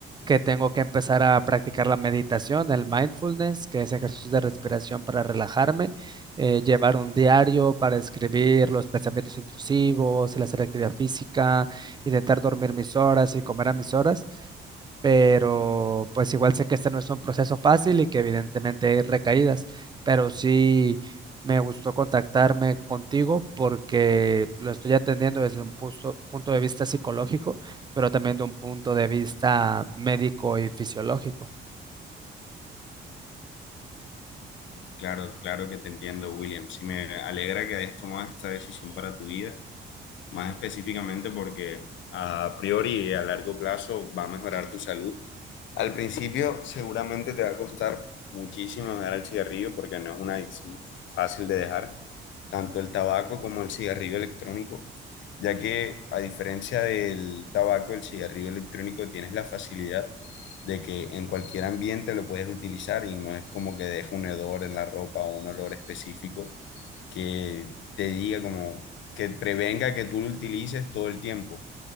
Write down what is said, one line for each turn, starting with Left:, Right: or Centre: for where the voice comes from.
Right: que tengo que empezar a practicar la meditación, el mindfulness, que es ejercicio de respiración para relajarme, eh, llevar un diario para escribir los pensamientos intrusivos, el hacer actividad física, intentar dormir mis horas y comer a mis horas pero pues igual sé que este no es un proceso fácil y que evidentemente hay recaídas, pero sí me gustó contactarme contigo porque lo estoy atendiendo desde un punto, punto de vista psicológico, pero también de un punto de vista médico y fisiológico,
Left: Claro, claro que te entiendo, William. Sí me alegra que hayas tomado esta decisión para tu vida, más específicamente porque a priori y a largo plazo va a mejorar tu salud. Al principio seguramente te va a costar muchísimo dejar el cigarrillo porque no es una adicción fácil de dejar, tanto el tabaco como el cigarrillo electrónico, ya que a diferencia del tabaco, el cigarrillo electrónico tienes la facilidad de que en cualquier ambiente lo puedes utilizar y no es como que deje un hedor en la ropa o un olor específico que te diga como que prevenga que tú lo utilices todo el tiempo,